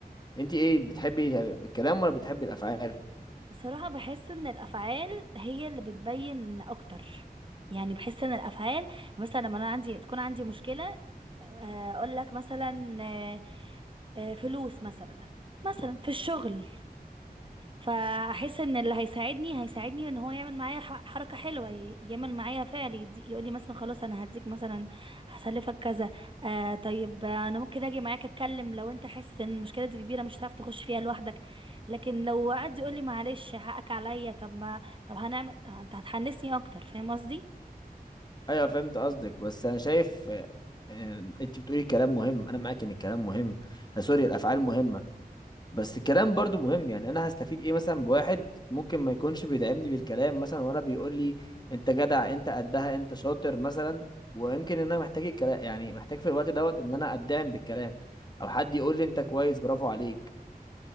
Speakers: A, on the left; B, on the right.
A: انت ايه بتحبي الكلام ولا بتحبي الافعال
B: بصراحة بحس ان الافعال هي اللي بتبين اكتر يعني بحس ان الافعال مثلا لما انا عندي تكون عندي مشكله آه، اقول لك مثلا آه، آه، فلوس مثلا مثلا في الشغل فاحس ان اللي هيساعدني هيساعدني ان هو يعمل معايا ح- حركه حلوه ي- يعمل معايا فعل يقول لي مثلا خلاص انا هديك مثلا هسلفك كذا آه طيب آه، انا ممكن اجي معاك اتكلم لو انت حاسس ان المشكله دي كبيره مش هتعرف تخش فيها لوحدك لكن لو قعد يقول لي معلش حقك عليا طب ما طب هنعمل آه، انت هتحنسني اكتر فاهم قصدي
A: ايوه فهمت قصدك بس انا شايف آه، آه، انت بتقولي كلام مهم انا معاك ان الكلام مهم آه، سوري الافعال مهمه بس الكلام برضو مهم يعني انا هستفيد ايه مثلا بواحد ممكن ما يكونش بيدعمني بالكلام مثلا وانا بيقول لي انت جدع انت قدها انت شاطر مثلا ويمكن ان انا محتاج الكلام يعني محتاج في الوقت دوت ان انا ادعم بالكلام او حد يقول لي انت كويس برافو عليك